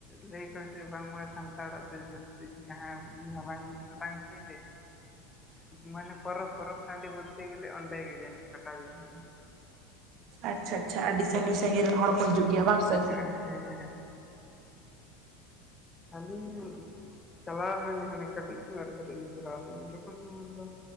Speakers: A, on the left; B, on the right.
A: ᱞᱟᱹᱭᱠᱚ ᱥᱮᱪᱮᱫ ᱵᱟᱝᱢᱟ ᱥᱟᱱᱛᱟᱲᱟᱜ ᱫᱚ ᱡᱟᱹᱥᱛᱤ ᱡᱟᱦᱟᱸ ᱢᱟᱨᱟᱝ ᱢᱟᱨᱟᱝ ᱪᱮᱤ ᱤᱧ ᱞᱟᱹᱭ ᱢᱟᱱᱮ ᱯᱚᱨᱚᱵᱽ ᱯᱚᱨᱚᱵᱽ ᱴᱟᱺᱰᱤ ᱵᱚᱞᱛᱮ ᱜᱮᱞᱮ ᱚᱸᱰᱮ ᱜᱮ ᱡᱟᱹᱱᱤᱡ ᱯᱟᱴᱟᱵᱤᱸᱫᱟᱹ ᱜᱮ᱾
B: ᱟᱪᱪᱷᱟ ᱟᱪᱪᱷᱟ ᱟᱹᱰᱤ ᱥᱟᱺᱜᱤᱧ ᱥᱟᱺᱜᱤᱧ ᱨᱮᱱ ᱦᱚᱲ ᱠᱚ ᱦᱤᱡᱩᱜ ᱜᱮᱭᱟ
A: ᱦᱚᱲ
B: ᱵᱟᱝ
A: ᱠᱚ
B: ᱥᱮ
A: ᱦᱤᱡᱩᱜᱼᱟ᱾ ᱦᱮᱸᱦᱮᱸ ᱟᱹᱞᱤᱧ ᱪᱟᱞᱟᱣ ᱞᱤᱱᱟᱹᱭ ᱦᱟᱱᱮ ᱠᱟᱹᱴᱤᱡ ᱧᱚᱜ ᱨᱮ ᱠᱟᱹᱴᱤᱢ ᱞᱤᱧ ᱪᱟᱞᱟᱣ ᱞᱮᱱᱟ, ᱡᱚᱠᱷᱚᱱ ᱫᱚ